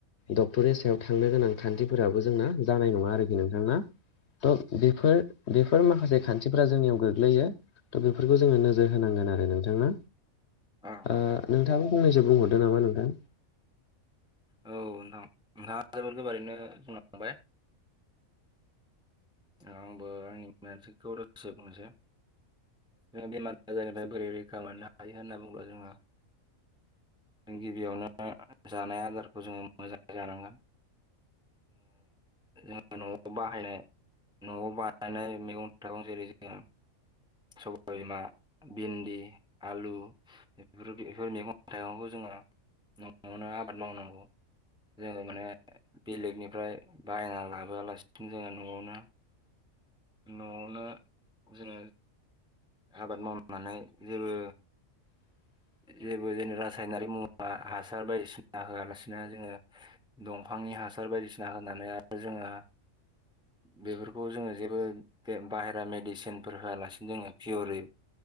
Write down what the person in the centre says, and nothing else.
औ
औ नोंथां नोंथांङा जोबोर गोबारैनो बुंलांबाय। आंबो आंनिसे गरसो बुंनोसै जों बेमारजनि बोरै रैखा मोननो हायो होनना बुंङोबा जोंहा जों गिबियावनो जानाय आदारखौ जोंङो मोजांङै जानांगोन। जोंङो जों नआव बाहायनाय नआव बानायनाय मैगं-थायगं जेरै जोंङो सबाय बिमा भिन्दि आलु बेफोर-बेफोर मैगं थाइगंखौ जों न'आवनो आबाद मावनांगौ। जोङो माने बेलेगनिफ्राय बायना लाबोआलासिनो जोंङो न'आवनो न'आवनो जोंङो आबाद मावनानै जेबो
जेबो जों रासायनारि मुवा हासार बायदिसिना होआलासिनो जोंङो दंफांनि हासार बायदिसिना होनानै आरो जोंङो बेफोरखौ जोंङो जेबो बे बाहेरा मेडिसिनफोर होआलासिनो जोंङो फिय'रै